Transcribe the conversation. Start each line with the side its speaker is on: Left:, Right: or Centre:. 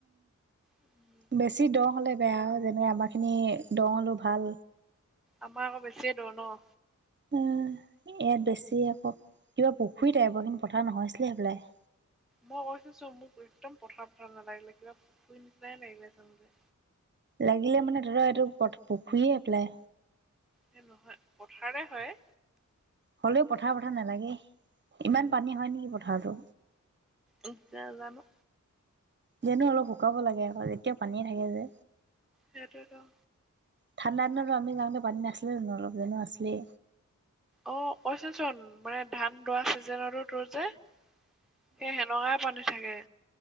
Centre: উম
Right: বেছি দ হ'লে বেয়া আও, যেনে আমাৰ খিনি দ হ'লো ভাল।
Centre: আমাৰ আকৌ বেছি দ' নঃ
Right: ওম ইয়াত বেছি আক, কিবা পুখুৰী টাইপৰ কিন্তু পথা নহৈছিলে সপলাই।
Centre: মই কৈছো চ, মোক একদম পথাৰ পথাৰ নালাগিলে কিবা পুখুৰী নিচিনাই লাগিলে চাবলে।
Right: লাগিলে মানে ধৰ এইটো প পুখুৰীয়ে হপলাই।
Centre: এ নহয় পথাৰে হয়।
Right: হলেওঁ পথাৰ পথাৰ নালাগে ইমান পানী হয় নেকি পথাৰতো?
Centre: ওহ নেজানো।
Right: যেনো অলপ শুকাব লাগে আকৌ যেতিয়া পানীয়ে থাকে যে।
Centre: সেইটোৱে ত
Right: ঠা‌ণ্ডাদিনটো আমি যাওঁতে পানী নাছিলে জানো অলপ? জানো আছিলেই।
Centre: অঁ কৈছেচোন মানে ধান দোৱা চিজনতো তোৰ যে সেই হেনেকাই পানী থাকে।